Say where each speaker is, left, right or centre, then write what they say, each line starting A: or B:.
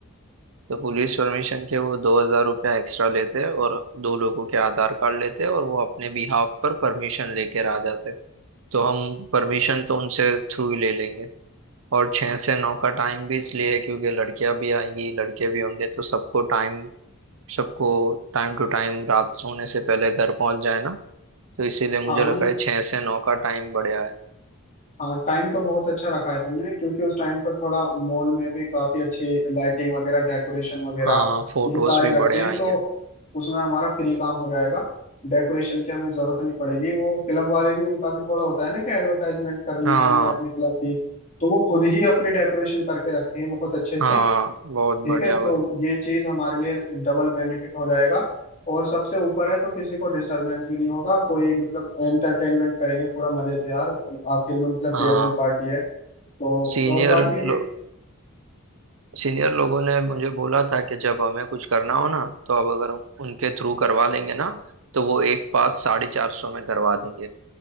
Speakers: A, on the right (about 70°); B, on the left (about 35°).
A: तो पुलिस परमिशन के वो दो हजार रुपया एक्स्ट्रा लेते हैं और दो लोगों के आधार कार्ड लेते हैं और वो अपने बिहाफ पर परमिशन लेकर आ जाते हैं तो हम परमिशन तो उनसे थ्रू ही ले लेंगे और छह से नौ का टाइम भी इसलिए है क्योंकि लड़कियां भी आएंगी लड़के भी होंगे तो सबको टाइम सबको टाइम टू टाइम रात सोने से पहले घर पहुंच जाए ना तो इसीलिए मुझे
B: हाँ
A: लगा
B: नहीं
A: है छह से नौ का टाइम बढ़िया है
B: हाँ टाइम तो बहुत अच्छा रखा है तुमने क्योंकि उस टाइम पर थोड़ा मॉल में भी काफी अच्छी लाइटिंग वगैरह डेकोरेशन वगैरह
A: हाँ फोटोज
B: ये सारे
A: भी
B: रखते
A: बढ़िया
B: हैं
A: आएंगे
B: तो उसमें हमारा फ्री काम हो जाएगा डेकोरेशन की हमें जरूरत नहीं पड़ेगी वो क्लब वाले भी उनका भी थोड़ा होता है ना कि एडवर्टाइजमेंट करनी
A: हाँ
B: है हमने अपने क्लब की तो वो खुद ही अपनी डेकोरेशन करके रखते हैं बहुत अच्छे से
A: हाँ बहुत
B: ठीक
A: बढ़िया
B: है
A: वाली
B: तो ये चीज हमारे लिए डबल बेनिफिट हो जाएगा और सबसे ऊपर है तो किसी को डिस्टरबेंस भी नहीं होगा कोई मतलब एंटरटेनमेंट करेंगे पूरा मजे से यार आखिर में मतलब
A: हाँ
B: फेयरवेल पार्टी है तो
A: सीनियर
B: और बाकी
A: लो, सीनियर लोगों ने मुझे बोला था कि जब हमें कुछ करना हो ना तो अब अगर हम उनके थ्रू करवा लेंगे ना तो वो एक बात साढ़े चार सौ में करवा देंगे